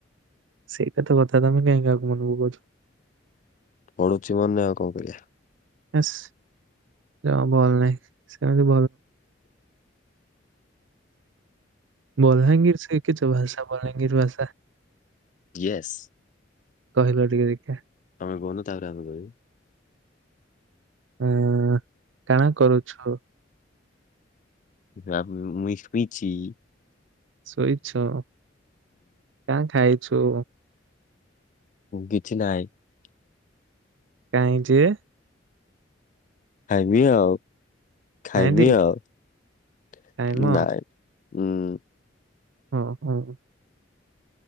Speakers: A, on the right; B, on the left.
A: ସେଇଟା ତ କଥା ତମେ କାଇଁ କାହାକୁ ମନେ ପକୋଉଛ
B: ପଢୁଛି ମନେ ଆଉ କଣ କରିବା।
A: ଏସ୍ ଦେହ ଭଲ ନାହିଁ ସେମି <inaudible> ବଲାଙ୍ଗୀର ସିକିଚୁ ଭାଷା ବଲାଙ୍ଗୀର ଭାଷା <inaudible>
B: ୟେସ।
A: କହିଲ ଟିକେ ଟଖେ ।
B: ଆମେ କନୁ ତାପରେ ଆମେ କହ
A: ହଁ। କାଣା କରୁଛୁ ।
B: <unintelligible>
A: ସୋଇଛ। କା ଖାଇ ଛୁ
B: କିଛି ନାହିଁ ।
A: କାହିଁ ଯେ ।
B: ଖାଇବି ଆଉ ଖାଇବି
A: ନାଇଁ ଦେଇ
B: ଆଉ ନାଇଁ
A: କାଇଁ ମ
B: । ହୁଁ ।
A: ହଁ ହଁ ।